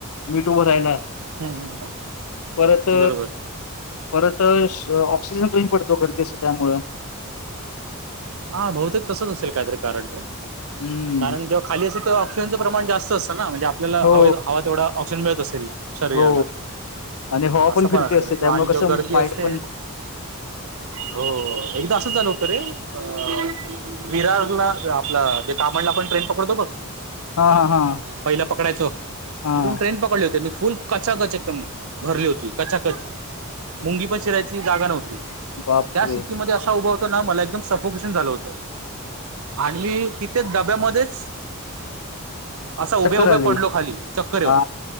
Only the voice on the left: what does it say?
नीट उभं रायला
परत
परतं ऑक्सिजन कमी पडतो गर्दी असते त्यामुळं.
हम्म
हो
हो आणि हवा
फिरती
असते
त्यामुळे
कसं
माइंड
पण
हा हा हा
हा
बापरे
चक्कर
आली
हा